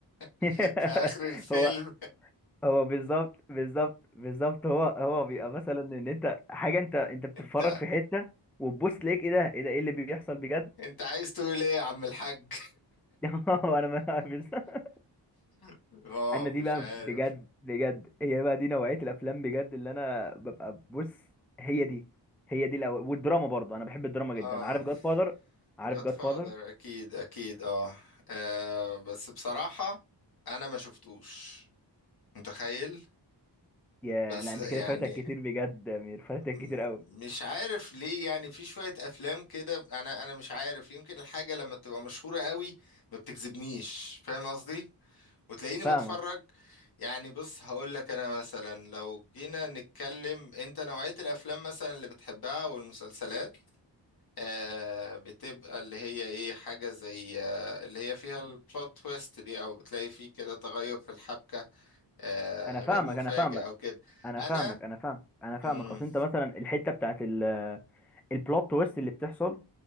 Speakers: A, in the centre; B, on the left.
A: <laughs>
B: <laughs> في اخر الفيلم
A: هو هو بالظبط بالظبط بالظبط هو هو بيبقى مثلا ان انت حاجه انت انت بتتفرج
B: انت
A: في حته وتبص تلاقيك ايه ده ايه ده ايه اللي بيحصل بجد
B: انت عايز تقول ايه يا عم الحاج
A: <laughs> انا ما بالظبط.
B: <laughs> اه
A: انا دي
B: مش
A: بقى
B: عارف
A: بجد بجد هي بقى دي نوعيه الافلام بجد اللي انا ببقى بص هي دي هي دي الأو... والدراما برضه انا بحب الدراما جدا
B: اه
A: عارف جاد فاذر عارف
B: جاد
A: جاد
B: فاذر
A: فاذر
B: اكيد اكيد اه آه، بس بصراحة انا ما شفتوش متخيل
A: يا
B: بس
A: لا انت
B: يعني
A: كده فايتك كتير بجد يا امير فايتك
B: م-
A: كتير قوي
B: مش عارف ليه يعني في شوية أفلام كده أنا أنا مش عارف يمكن الحاجة لما بتبقى مشهورة قوي ما بتجذبنيش فاهم قصدي؟ وتلاقيني
A: فاهمك
B: بتفرج يعني بص هقول لك أنا مثلا لو جينا نتكلم أنت نوعية الأفلام مثلا اللي بتحبها والمسلسلات آه بتبقى اللي هي إيه حاجة زي آه اللي هي فيها البلوت تويست دي أو بتلاقي فيه كده تغير في الحبكة آه
A: انا فاهمك
B: غير مفاجئ
A: انا فاهمك
B: أو كده
A: انا
B: أنا
A: فاهمك انا فاهمك انا فاهمك
B: مم.
A: اصل انت مثلا الحته بتاعت ال البلوت تويست اللي بتحصل